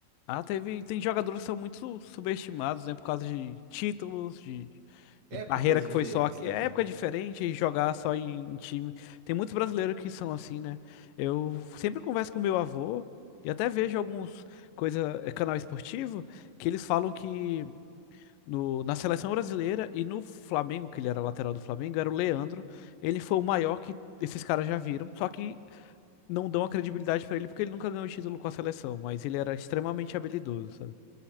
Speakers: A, on the left; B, on the right.
A: Ah, teve, tem jogadores que são muito su- subestimados, né, por causa de títulos, de, de
B: Épocas
A: carreira que
B: diferentes
A: foi só aqui,
B: também.
A: é época diferente, jogar só em, em time. Tem muitos brasileiros que são assim, né? Eu sempre converso com meu avô e até vejo alguns coisa, é, canal esportivo, que eles falam que no- na seleção brasileira e no Flamengo, que ele era lateral do Flamengo, era o Leandro. Ele foi o maior que esses caras já viram, só que não dão a credibilidade pra ele porque ele nunca ganhou título com a seleção, mas ele era extremamente habilidoso, sabe?